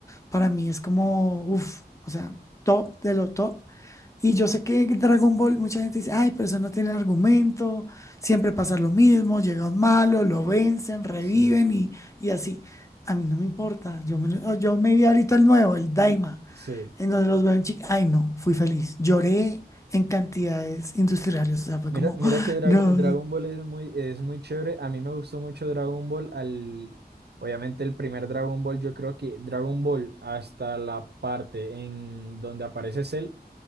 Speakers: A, on the left; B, on the right.
A: para mí es como, uff, o sea, top de lo top. Y yo sé que Dragon Ball, mucha gente dice, ay, pero eso no tiene argumento, siempre pasa lo mismo, llega un malo, lo vencen, reviven
B: sí,
A: y, y así. A mí no me importa, yo me, lo- oh, yo me vi ahorita el nuevo, el Daima,
B: sí.
A: en donde los veo en chica, ay no, fui feliz, lloré en cantidades industriales, o sea, fue
B: Mira,
A: como,
B: mira
A: <gasps> "Ah,
B: que Dragon,
A: no,
B: Dragon Ball es muy, es muy chévere. A mí me gustó mucho Dragon Ball al... Obviamente el primer Dragon Ball, yo creo que Dragon Ball hasta la parte en donde aparece Cell